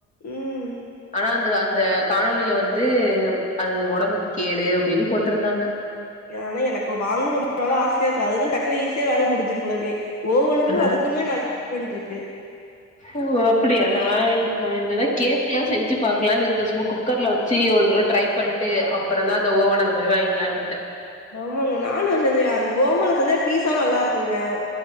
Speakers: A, on the left; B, on the left.
A: ம்
B: ஆனா அந்த அந்த காணொலில வந்து அது ஒடம்புக்கு கேடு அப்டின்னு போட்ருந்தாங்க
A: ஆனா எனக்கு வாங்கனுன் ரொம்ப நாளா ஆசையா இருக்கு அதுனா டக்குனு ஈஸியா வேல முடுஞ்சுரு போலருக்கு ஒவ்வொன்னுக்கு
B: அ
A: அதுக்குமே நல்லா டிஃப்ரன்ட்ருக்கு
B: ஓ அப்டியா நா இன் நா இன்னதா கேக்லா செஞ்சு பாக்கலான் இருக்கே சும்மா குக்கர்ல்ல வச்சு ஒரு தடவ ட்ரை பண்ட்டு அப்பறந் தா அந்த ஓவன் அந்த மாரி வாங்கிக்கலான்ருக்கே
A: ஆமாங்க நானு அது செஞ்சே அது போமால செஞ்சா பீஸா நல்லாருக்குங்க